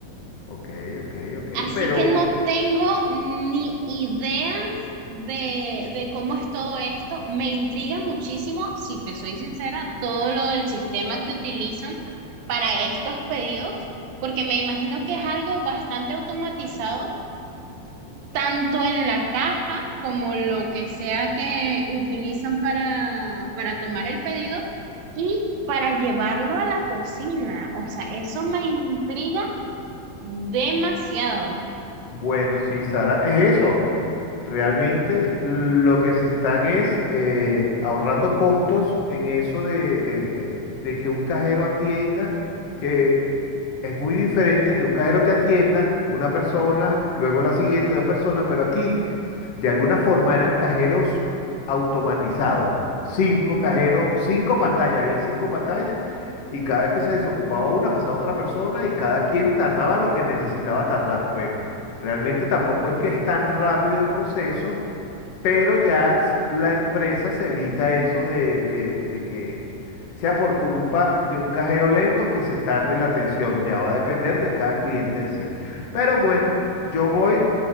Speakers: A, on the left; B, on the right.
A: ok, ok, ok.
B: Así
A: Pero
B: que no tengo ni idea de, de cómo es todo esto. Me intriga muchísimo, si te soy sincera, todo lo del sistema que utilizan para estos pedidos, porque me imagino que es algo bastante automatizado, tanto en la caja como lo que sea que utilizan para, para tomar el pedido y para llevarlo a la cocina. O sea, eso me intriga demasiado.
A: bueno, sí, Sara, es eso. Realmente lo que se están es eh, ahorrando costos en eso de, de- de- de que un cajero atienda, que es muy diferente que un cajero te atienda, una persona, luego la siguiente, dos personas, pero aquí de alguna forma eran cajeros automatizados. Cinco cajeros, cinco pantallas, habían cinco pantallas y cada vez que se desocupaba una pasaba otra persona y cada quien tardaba lo que necesitaba tardar. Pues realmente tampoco es que es tan rápido el proceso pero ya s- la empresa se evita eso de, de- de que sea por culpa de un cajero lento que se tarde la atención. Ya va a depender de cada cliente en sí. Pero bueno, yo voy,